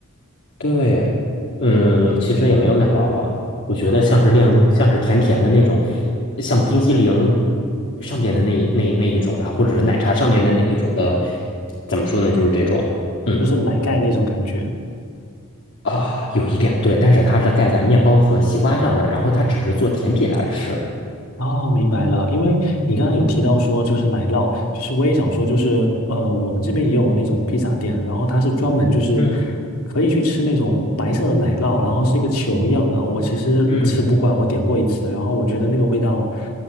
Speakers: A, on the left (about 55°); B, on the left (about 75°).
A: 对，嗯，其实也没有奶酪了，我觉得像是炼乳，
B: 哦，
A: 像是甜甜的那种，像冰激凌上边的那一那那一种吧，或者是奶茶上面的那一种的，怎么说呢，就是这种，嗯
B: 就是奶盖那种感觉。
A: 啊，有一点对，但是它是盖在面包和西瓜上的，然后它只是做甜品来吃，
B: 哦，明白了。因为你刚刚有提到说，就是奶酪，就是我也想说，就是呃，我们这边也有那种披萨店，然后它是专门就是
A: 嗯
B: 可以去吃那种白色的奶酪，然后是一个球一样的。我其实吃不惯，
A: 嗯
B: 我点过一次，然后我觉得那个味道